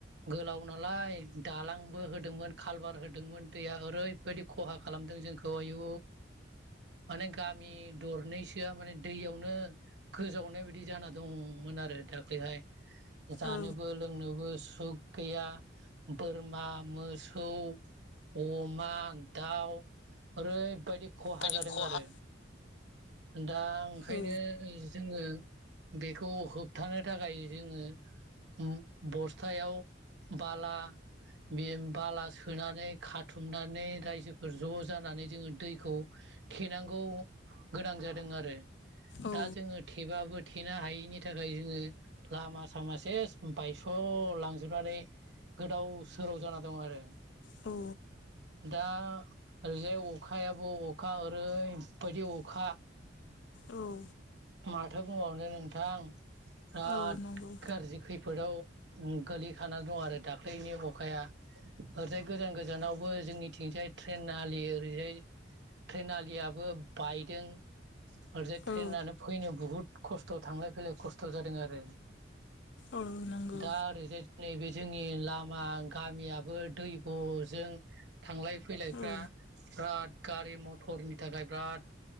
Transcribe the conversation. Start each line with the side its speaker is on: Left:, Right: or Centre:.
Right: गोलाव नालाय दालांबो होदोंमोन कालबार होदोंमोन दैया ओरैबायदि खहा खालामदों जोंखौ आयु माने गामि दरनैसोआ माने दैयावनो गोजावनाय बायदि जाना दंमोन आरो दाख्लैहाय जानोबो
Left: औ
Right: लोंनोबो सु सुग गैया बोरमा मोसौ अमा दाउ ओरैबायदि खहा
Left: बायदि
Right: जादों
Left: खहा
Right: आरो दा ओंखायनो
Left: औ
Right: जोंङो बेखौ होबथानो थाखाय जोंङो उम बस्थायाव बाला बे बाला सोनानै खा थुमनानै रायजोफोर ज' जानानै जोंङो दैखौ थेनांगौ गोनां जादों आरो
Left: औ
Right: दा जोंङो थेबाबो थे थेनो हायैनि थाखाय जोंङो लामा सामा सेस बायस' लांजोबनानै गोदाव सोराव जाना दंङ आरो
Left: औ
Right: दा ओरैजाय अखायाबो अखा ओरैबायदि अखा
Left: औ
Right: माथो बुंबावनो नोंथां बिराद
Left: औ नंगौ
Right: गाज्रि खैफोदाव उम गोलै थाना दं आरो दाख्लैनि अखाया ओरैजाय गोजान गोजानाव बो जोंनिथिंजाय ट्रेन आलि ओरैजाय ट्रेन आलियाबो बायदों। ओरैजाय ट्रेनानो
Left: औ
Right: फैनो बुहुद खस्थ' थांलाय फैलाय खस्थ' जादों आरो।
Left: औ नंगौ
Right: दा ओरैजाय नैबे जोंनि लामा गामियाबो दैब' जों थांलाय फैलायफ्रा
Left: औ
Right: बिराद गारि मथरनि थाखाय बिराद